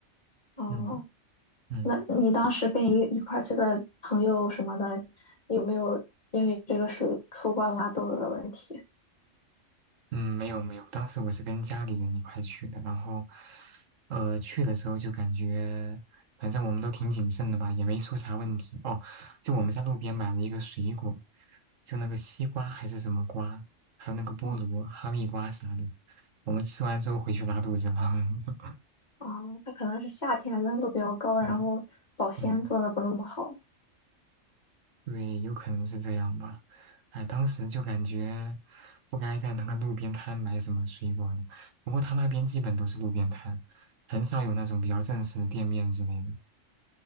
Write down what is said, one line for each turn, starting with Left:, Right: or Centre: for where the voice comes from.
Left: 哦，
Right: 嗯嗯。
Left: 那你当时跟一一块儿去的朋友什么的，有没有因为这个水出过拉肚子的问题？
Right: 嗯，没有没有，当时我是跟家里人一块去的，然后，呃，去的时候就感觉，反正我们都挺谨慎的吧，也没出啥问题。哦，就我们在路边买了一个水果，就那个西瓜还是什么瓜，还有那个菠萝、
Left: 啊，
Right: 哈密瓜啥的，我们吃完之后回去拉肚子了。<laughs>
Left: 啊他可能是夏天温度比较高，然后保鲜做的不那么好。
Right: 嗯嗯。对，有可能是这样吧。哎，当时就感觉不该在那个路边摊买什么水果呢。不过他那边基本都是路边摊，很少有那种比较正式的店面之类的。